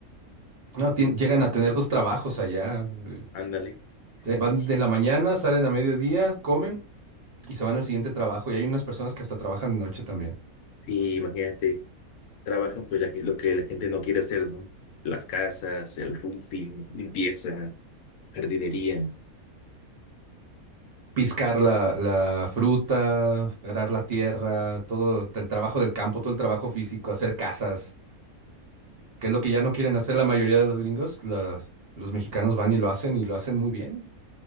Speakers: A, on the right (about 55°); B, on the left (about 75°).
A: No, tien- llegan a tener dos trabajos allá. eh,
B: ándale,
A: te- Van
B: sí,
A: de la mañana, salen a mediodía, comen y se van al siguiente trabajo. Y hay unas personas que hasta trabajan de noche también.
B: sí, imagínate, trabajan pues la gen- lo que la gente no quiere hacer, ¿no? Las casas, el roofing, limpieza, jardinería,
A: Piscar la, la fruta, arar la tierra, todo el trabajo del campo, todo el trabajo físico, hacer casas, que es lo que ya no quieren hacer la mayoría de los gringos. La- los mexicanos van y lo hacen y lo hacen muy bien.